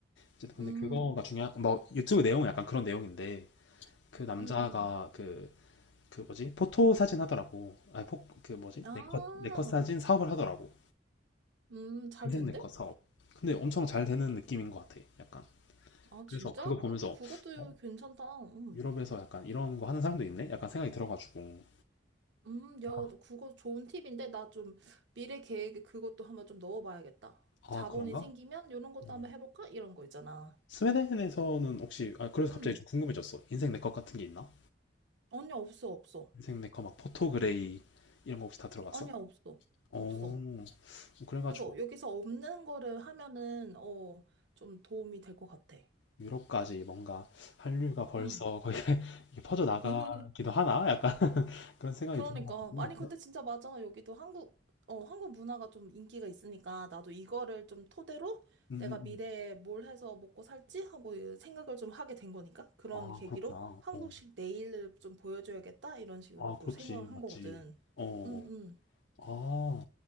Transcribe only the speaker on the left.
이제 근데
그거가 중요한 뭐 유튜브 내용은 약간 그런 내용인데 그 남자가
그 그 뭐지 포토 사진 하더라고. 아니 포그 뭐지
네컷 네컷 사진 사업을 하더라고.
인생
네컷 사업. 근데 엄청 잘 되는 느낌인 것 같아. 약간
그래서
그거
보면서
어,
유럽에서 약간 이런 거 하는 사람도 있네. 약간 생각이 들어가지고
약간
아
그런가?
어.
스웨덴에서는 혹시 아 그래서
갑자기 좀 궁금해졌어. 인생 네컷 같은 게 있나?
인생 네커 막 포토그레이 이런 거 혹시 다 들어봤어?
오,
그래가지고
유럽까지 뭔가 한류가 벌써
거의 <laughs> 이게 퍼져나가기도
하나? 약간 <laughs> 그런 생각이
들어가지고.
음, 음,
음.
아,
그렇구나.
어.
아, 그렇지.
맞지.
어.
어.